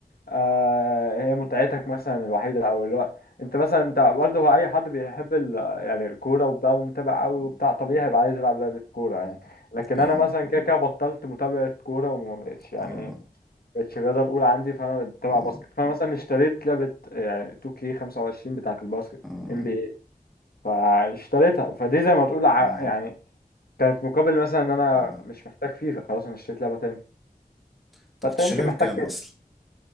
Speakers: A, on the left; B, in the centre.
A: آه هي متعتك مثلا الوحيده او اللي هو انت مثلا انت برضه هو اي حد بيحب ال... يعني الكوره وبقى متابع قوي وبتاع
B: إمم،
A: طبيعي هيبقى عايز يلعب لعبه كوره يعني
B: إمم.
A: لكن
B: آه،
A: انا مثلا كده كده بطلت متابعه كوره وما بقتش يعني
B: آه،
A: بقتش الرياضه الاولى عندي فانا بتابع
B: آه،
A: باسكت فانا مثلا اشتريت لعبه يعني 2K 25 بتاعه الباسكت
B: آه،
A: NBA فاشتريتها فدي زي ما تقول ع-
B: آه،
A: يعني كان في مقابل مثلا ان انا
B: آه.
A: مش محتاج فيفا خلاص انا اشتريت لعبه تاني
B: أنت
A: فانت
B: كنت شاريها
A: يمكن محتاج
B: بكام
A: كده
B: أصلًا؟